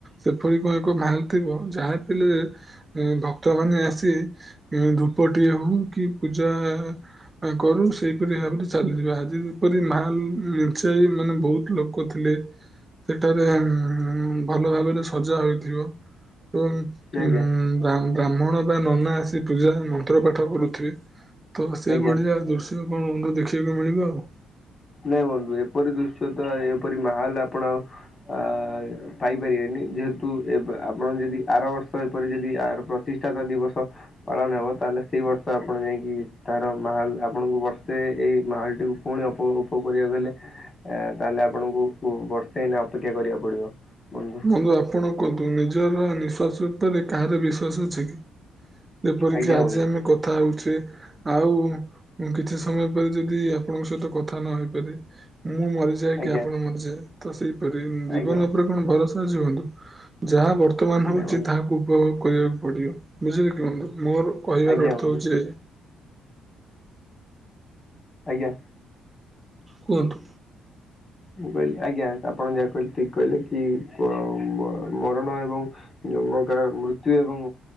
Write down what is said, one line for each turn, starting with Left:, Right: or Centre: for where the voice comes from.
Right: ସେପରି କଣ ଏକ ମାହଲ ଥିବ ଯାହା ପିଲେ ଏ ଭକ୍ତମାନେ ଆସି ଏ ଧୂପଟିଏ ହୋଉ କି ପୂଜା ଆ କରୁ ସେଇପରି ଭାବରେ ଚାଲିଯିବେ ଆଜି ଯେପରି ମାହଲ ନିଞ୍ଚେଇଗଲାଣି ବୋହୁତ ଲୋକ ଥିଲେ ସେଠାରେ ଉଁ ଭଲ ଭାବରେ ସଜା ହୋଇଥିବ। ଓଁ
Left: ଆଜ୍ଞା
Right: ଉଁ ବା ବ୍ରାହ୍ମଣ ବା ନନା ଆସି ପୂଜାରେ ମନ୍ତ୍ର ପାଠ କରୁଥିବେ ତ ସେଇ
Left: ଆଜ୍ଞା
Right: ଭଳିଆ ଦୃଶ୍ ଶ୍ୟ କଣ ବନ୍ଧୁ ଦେଖିବାକୁ ମିଳିବ ଆଉ।
Left: ନାଇଁ ବନ୍ଧୁ ଏପରି ଦୃଶ୍ୟ ତ ଆଆ ଏପରି ମାହାଲ ଆପଣ ଆଉ ଆ ପାଇପାରିବେନି ଯେହେତୁ ଏବେ ଆପଣ ଯଦି ଆର ବର୍ଷ ଏପରି ଯଦି ଆର ପ୍ରତିଷ୍ ଥାକ ଦିବସ ପାଳନ ହେବ ତାହେଲେ ସେଇ ବର୍ଷ ଆପଣ ଯାଇକି ତାହାର ମାହାଲ ଆପଣଙ୍କୁ ବର୍ଷେ ଏଇ ମାହଲଟିକୁ ପୁଣି ଆପଣଙ୍କୁ କଁ କରିବାକୁ ହେଲେ ଏ ତାହେଲେ ଆପଣଙ୍କୁ କୁ ବର୍ଷେ ଏଇନା ଅପେକ୍ଷା କରିବାକୁ ପଡିବ ବ
Right: କିନ୍ତୁ ଆପଣ କୁହନ୍ତୁ ନିଜର ନିଶ୍ୱାସ ଉପରେ କାହାର ବିଶ୍ଵାସ ଅଛି କି? ଯେପରିକି
Left: ଆଜ୍ଞା
Right: ଆଜି
Left: ବନ୍ଧୁ
Right: ଆମେ କଥା ହୋଉଚେ ଆଉ କିଛି ସମୟ ପରେ ଯଦି ଆପଣଙ୍କ ସହିତ କଥା ନହେଇପାରେ ମୁଁ ମରି ଯାଏ
Left: ଆଜ୍ଞା
Right: କି ଆପଣ ମରିଯାଏ ତ ସେଇପରି
Left: ଆଜ୍ଞା
Right: ଜୀବନ ଉପରେ କଣ ଭରସା ଅଛି ବନ୍ଧୁ ଯାହା ବର୍ ବର୍ତ୍ତମାନ
Left: ନାଇଁ
Right: ହୋଉଚି
Left: ବନ୍ଧୁ
Right: ତାହାକୁ ଉପଭୋଗ କରିବାକୁ ପଡ଼ିବ ବୁଝିଲେ କି ବନ୍ଧୁ ମୋର କହିବାର
Left: ଆଜ୍ଞା
Right: ଅର୍ଥ
Left: ବନ୍ଧୁ
Right: ହୋଉଚି
Left: ଆଜ୍ଞା।
Right: କୁହନ୍ତୁ।
Left: ମୁଁ କହିଲି ଆଜ୍ଞା ଆପଣ ଯାହା କହିଲେ ଠିକ କହିଲେ କି କ ମ ମରଣ ଏବଂ ଜମକା ମୃତ୍ୟୁ ଏବଂ